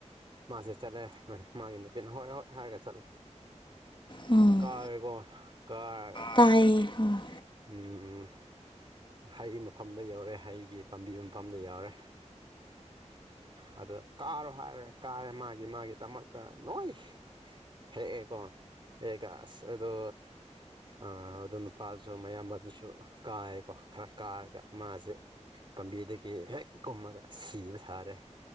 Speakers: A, on the right; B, on the left.
A: ꯃꯥꯁꯦ ꯆꯠꯂꯦ ꯃꯥꯒꯤ ꯅꯨꯄꯤꯅ ꯍꯣꯏ ꯍꯣꯏ ꯍꯥꯏꯔꯒ ꯆꯠꯂꯦ
B: ꯎꯝ
A: ꯀꯥꯔꯦꯀꯣ ꯀꯥꯒ
B: ꯇꯥꯏꯌꯦ ꯍꯣꯏ
A: ꯎꯝ ꯍꯩ ꯃꯐꯝꯗ ꯌꯧꯔꯦ ꯍꯩꯒꯤ ꯄꯥꯝꯕꯤ ꯃꯐꯝꯗ ꯌꯧꯔꯦ ꯑꯗꯨ ꯀꯥꯔꯣ ꯍꯥꯏꯔꯦ ꯀꯥꯔꯦ ꯃꯥꯒꯤ ꯃꯥꯒꯤꯗꯃꯛꯇ ꯅꯣꯏ ꯍꯦꯛꯑꯦꯀꯣ ꯍꯦꯛꯒ ꯑꯁ ꯑꯗꯨ ꯑꯥ ꯑꯗꯨꯅ ꯅꯨꯄꯥꯗꯨꯁꯨ ꯃꯌꯥꯝꯕ ꯑꯗꯨꯁꯨ ꯀꯥꯏꯌꯦꯀꯣ ꯈꯔ ꯀꯥꯔꯒ ꯃꯥꯁꯦ ꯄꯥꯝꯕꯤꯗꯒꯤ ꯍꯦꯛ ꯀꯨꯝꯃꯒ ꯁꯤꯕ ꯁꯥꯔꯦ